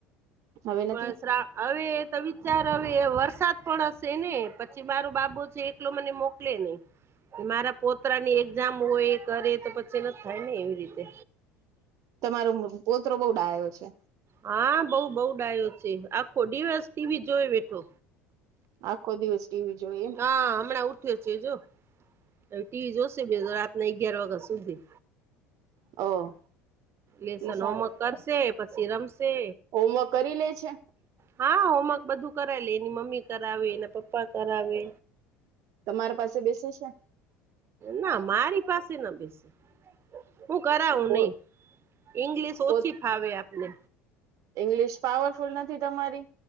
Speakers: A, on the right; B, on the right.
A: હવે નથી
B: પણ શ્રાવ હવે એ તો વિચાર હવે વરસાદ પડ શે ને પછી મારું બાબો છે એકલો મને મોકલે નહી. મારા પોત્રાની એક્ઝામ હોય એ કરે તો પછી નથ થાય ને એવી રીતે.
A: તમારો પોત્રો બહુ ડાયો છે.
B: હા બઉુ બઉુ ડાયો છે આખો ડીવસ ટીવી જોવે બેઠો.
A: આખો દિવસ ટીવી જોવે એમ.
B: હા હમણાં ઉઠ્યો છે જો હવે ટીવી જોશે <unintelligible> રાતના અગિયાર વાગ્યા સુધી.
A: ઓ
B: લેસન,
A: ઈ સારો
B: હોમવર્ક
A: કેવાય.
B: કરશે પછી રમશે
A: હોમવર્ક કરી લે છે?
B: હા, હોમવર્ક બધું કરાઈલે. એની મમ્મી કરાવે, એના પપ્પા કરાવે.
A: તમાર પાસે બેસે શે?
B: ના મારી પાસે ન બેસે. હું કરાવું
A: પો
B: નહી. ઈંગ્લિશ
A: પો
B: ઓછી ફાવે આપને.
A: ઇંગ્લિશ પાવરફુલ નથી તમારી?